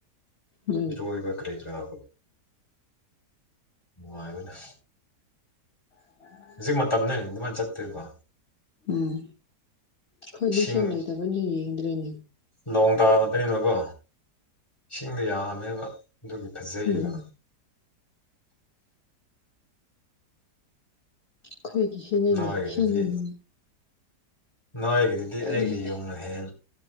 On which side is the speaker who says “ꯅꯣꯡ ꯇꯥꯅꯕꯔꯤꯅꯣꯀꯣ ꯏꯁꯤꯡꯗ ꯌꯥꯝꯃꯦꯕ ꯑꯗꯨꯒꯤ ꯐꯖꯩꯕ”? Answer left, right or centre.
Left